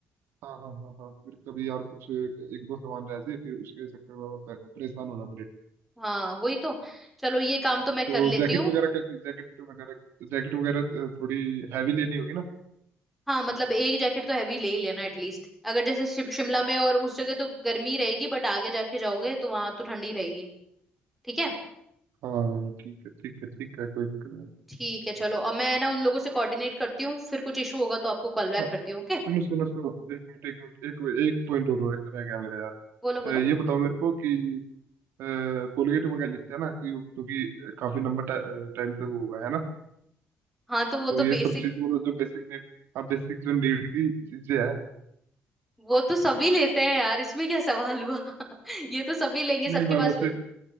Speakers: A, on the right; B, in the centre.
A: हाँ हाँ हाँ हाँ फिर कभी यार कुछ एक दो सामान रह जाए फिर उसके चक्कर में पे- परेशान होना पड़े
B: हाँ वही तो चलो ये काम तो मैं
A: तो
B: कर लेती
A: जैकेट
B: हूँ
A: वगैरह कैसी जैकेट वगैरह जैकेट वगैरह अ, थोड़ी हैवी लेनी होगी ना
B: हाँ मतलब एक जैकेट तो हैवी ले ही लेना एटलीस्ट अगर जैसे शि- शिमला में और उस जगह तो गर्मी रहेगी बट आगे जाके जाओगे तो वहां तो ठंडी रहेगी ठीक है
A: हाँ ठीक है ठीक है ठीक है कोई दिक्कत नहीं
B: ठीक है चलो अब मैं ना उन लोगों से कोऑर्डिनेट करती हूँ फिर कुछ इशू होगा तो आपको कॉल बैक
A: हाँ
B: करती हूँ ओके
A: सुनो सुनो सुनो एक मिनट एक मिनट एक एक पॉइंट और रह रह गया मेरा यार
B: बोलो बोलो
A: अ, ये बताओ मेरे को कि कोलगेट वगैरह लेते हैं ना क्यों- क्योंकि काफी लंबा टाइम तक वो होगा है ना
B: हाँ तो वो
A: तो
B: तो
A: ये
B: बेसिक
A: सब चीज मतलब जो बेसिक नीड हाँ बेसिक जो नीड की चीजें है
B: वो तो सभी लेते हैं यार इसमें क्या सवाल हुआ <laughs> ये तो सभी लेंगे सबके
A: नहीं मैं
B: पास
A: वैसे